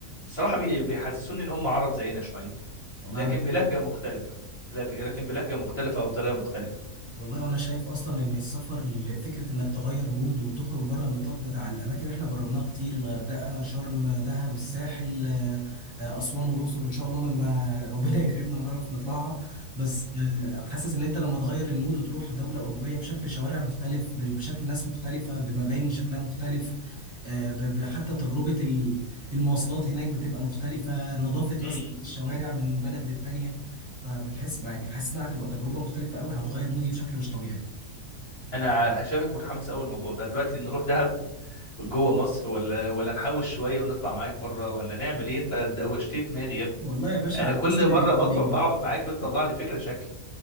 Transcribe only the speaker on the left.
الصراحه بي- بيحسسوني ان هم عرب زينا شويه
لكن
بلهجه
مختلفه لا ب- لكن بلهجه مختلفه او طريقه مختلفه
<laughs>
انا شايفك متحمس قوي الموضوع ده دلوقتي نروح دهب جوه مصر ولا ولا نحوش شويه ونطلع معاك بره ولا نعمل ايه انت دوشتني دماغي يا ابني
انا
كل
مره بطلع بقعد معاك بتطلع لي فكره شكل